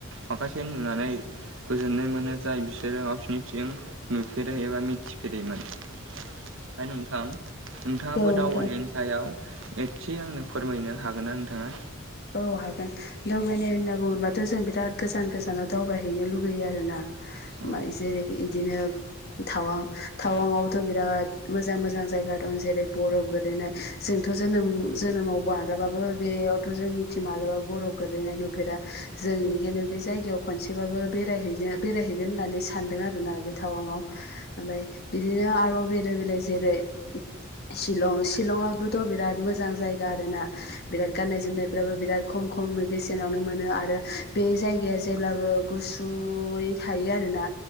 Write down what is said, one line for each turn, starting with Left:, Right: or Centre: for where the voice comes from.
Right: माखासे नुनानै गोजोननाय मोनो जाय बिसोरो गावसोरनिथिं नुफेरो एबा मिथिफेरैमोन ओमफाय नोंथां नोंथाङाबो
Left: औ नोंथां
Right: दावबायनायनि सायाव एबथि आंनो फोरमायनो हागोन ना नोंथाङा
Left: औ हागोन दावबायनाय होनना बुङोबाथ जों बिराद गोजान गोजानाव दावबायहैनो लुगैयो आरोना
Right: औ
Left: मा जेरै बिदिनो थावां टाउनआवथ' बिराद मोजां मोजां जायगा दं जेरै बरफ गोलैनाय जोंथ' जोनोम जोनोमाव माब्लाबाबो बेयावथ' जोंनिथिं माब्लाबाबो बर' गोग्लैनाय नुफेरा जों बेनिखायनो बे जायगायाव खनसेबाबो बेरायहै बेरायहैगोन होननानै सानदों आरोना बे टावाङाव ओमफ्राय बिदिनो आरोबाव बेलेक बेलेक जेरै शिलं शिलंआबोथ' बिराद मोजां जायगा आरो ना बिराद गाननाय जोमनायफ्राबो बिराद खम खम बेसेनावनो मोनो आरो बे जायगाया जेब्लाबो गुसुयै थायो आरोना